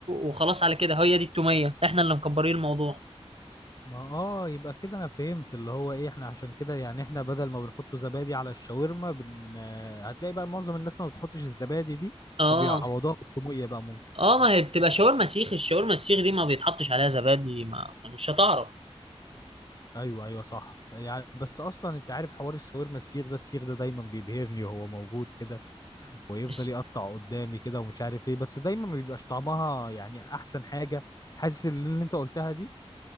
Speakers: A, on the right; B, on the left.
A: وخلاص على كده هي دي التومية احنا اللي مكبرين الموضوع
B: ما اه يبقى كده انا فهمت اللي هو ايه احنا عشان كده يعني احنا بدل ما بنحط زبادي على الشاورما بن... آه، هتلاقي بقى معظم الناس ما بتحطش الزبادي دي
A: اه
B: فبيعوضوها بالتوميه بقى ممكن
A: اه ما هي بتبقى شاورما سيخ الشاورما السيخ دي ما بيتحطش عليها زبادي ما مش هتعرف
B: ايوه ايوه صح يعني بس اصلا انت عارف حوار الشاورما السيخ ده السيخ ده دايما بيبهرني وهو موجود كده ويفضل
A: بس-
B: يقطع قدامي كده ومش عارف ايه بس دايما ما بيبقاش طعمها يعني احسن حاجة حاسس ان اللي انت قلتها دي